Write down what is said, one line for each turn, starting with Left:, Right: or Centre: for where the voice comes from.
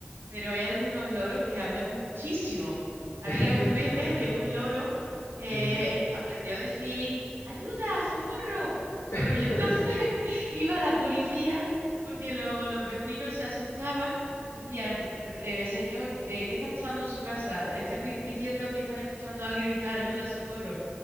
Right: Pero hay algunos loros que hablan muchísimo. Había
Left: <laughs>
Right: un meme de un loro que
Left: ujú.
Right: em, aprendió a decir, ¡ayuda, socorro! Bueno,
Left: <laughs>
Right: y entonces <laughs> iba la policía porque lo- los vecinos se asustaban. Decían, "Per- eh, señor, eh, ¿qué está pasando en su casa? Están gri- diciendo que están escuchando a alguien gritar, ayuda, socorro.